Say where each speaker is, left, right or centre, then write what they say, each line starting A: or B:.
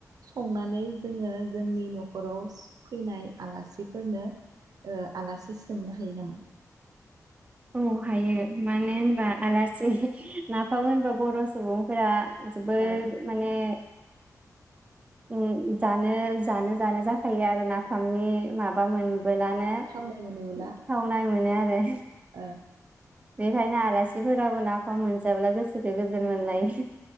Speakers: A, on the right (about 75°); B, on the right (about 20°).
A: संनानै जोङो जोंनि न'खराव स फैनाय आलासिफोरनो आलासि सोंनो हायो नामा?
B: औ हायो मानो होनबा आलासि नाफाम होनबा बर सुबुंफोरा जोबोर
A: ओ
B: माने ओ जानो जानो जानो जाखायो आरो नाफामनि माबा मोन बोलानो
A: थावनाय मोनोब्ला
B: थावनाय मोनो आ दे
A: ओ
B: ओंखायनो आलासिफोराबो नाफाम मोनजाब्ला गोसोखौ गोजोन मोनलायो।